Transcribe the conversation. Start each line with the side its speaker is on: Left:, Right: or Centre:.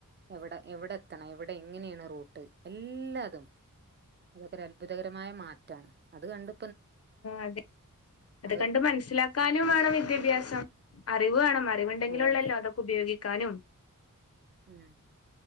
Right: എവിടെ എവിടെ എത്തണം എവിടെ എങ്ങനെയാണ് റൂട്ട് എല്ലാതും അതൊക്കെ ഒരു അത്ഭുതകരമായ മാറ്റാണ് അത് കണ്ട്
Left: അതെ അത്
Right: അവര്
Left: കണ്ട് മനസ്സിലാക്കാനും
Right: ഉം
Left: വേണം വിദ്യാഭ്യാസം അറിവ് വേണം അറിവുണ്ടെങ്കിലൊള്ളല്ലോ
Right: അതെ
Left: അതൊ ഉപയോഗ കാനും
Right: ഉം